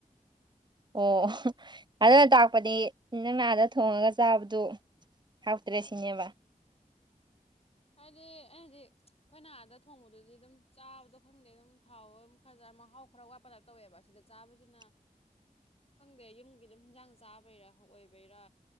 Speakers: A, on the right; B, on the left.
A: ꯑꯣ ꯑꯗꯨꯅ ꯇꯥꯛꯄꯗꯤ ꯅꯪꯅ ꯑꯥꯗ ꯊꯣꯡꯉꯒ ꯆꯥꯕꯗꯨ ꯍꯥꯥꯎꯇ꯭ꯔꯦ ꯁꯤꯅꯦꯕ
B: ꯍꯥꯏꯗꯤ ꯑꯩꯅ ꯍꯥꯏꯗꯤ ꯑꯩꯈꯣꯏꯅ ꯑꯥꯗ ꯊꯣꯡꯕꯗꯨꯗꯤ ꯑꯗꯨꯝ ꯆꯥꯕꯗꯣ ꯈꯪꯗꯦ ꯑꯗꯨꯝ ꯊꯥꯎ ꯈꯔꯗ ꯃꯍꯥꯎ ꯈꯔ ꯋꯥꯠꯄ ꯇꯥꯏꯞ ꯇꯧꯋꯦꯕ ꯑꯁꯤꯗ ꯆꯥꯕꯖꯤꯅ
A: <inaudible>
B: ꯈꯪꯗꯦ ꯌꯨꯝꯒꯤ ꯑꯗꯨꯝ ꯍꯤꯟꯖꯥꯡ ꯆꯥꯕꯩꯔꯥ ꯑꯣꯏꯕꯩꯔꯥ